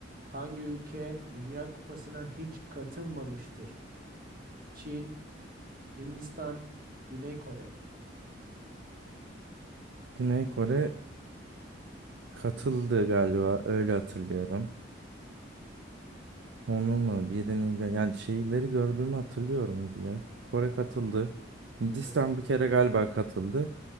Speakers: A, on the right; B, on the right.
A: Hangi ülke Dünya Kupası'na hiç katılmamıştır? Çin, Hindistan, Güney Kore.
B: Güney Kore katıldı galiba öyle hatırlıyorum. Onun mu birinin ya- yani şeyleri gördüğümü hatırlıyorum diye. Kore katıldı. Hindistan
A: Evet.
B: bir kere galiba katıldı.